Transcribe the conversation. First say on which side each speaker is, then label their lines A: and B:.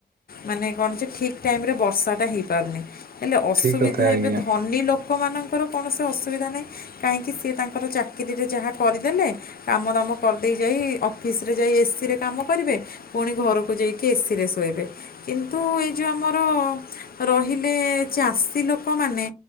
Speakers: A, on the left (about 65°); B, on the right (about 65°).
A: ମାନେ କଣଯେ ଠିକ୍ ଟାଇମରେ ବର୍ଷାଟା ହେଇପାରୁନି ହେଲେ ଅସୁବିଧା
B: ଠିକ କଥା ଆଜ୍ଞା
A: ଏବେ ଧନୀ ଲୋକ ଲୋକମାନଙ୍କର କୌଣସି ଅସୁବିଧା ନାହିଁ କାହିଁକି ସିଏ ତାଙ୍କର ଚାକିରିରେ ଯାହା କରିଦେଲେ। କାମ ଦାମ କରିଦେଇ ଯାଇ ଅଫିସରେ ଯାଇ ଏସିରେ। କାମ କରିବେ ପୁଣି ଘରକୁ ଯାଇକି ଏସିରେ ଶୋଇବେ। କିନ୍ତୁ ଏଇ ଯେଉ ଆମର ରହିଲେ ଚାଷୀ ଲୋକମାନେ।